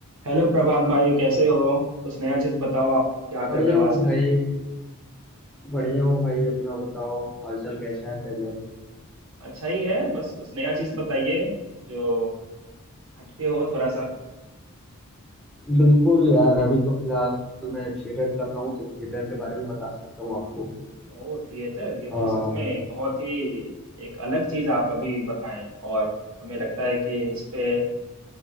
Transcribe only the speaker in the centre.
बढ़िया
हो
भाई बढ़िया हो भाई अपना बताओ हालचाल कैसा है पहले
बिल्कुल यार अभी तो फिलहाल मैं थिएटर कर रहा हूँ तो थिएटर के बारे में बता सकता हूँ आपको
अह,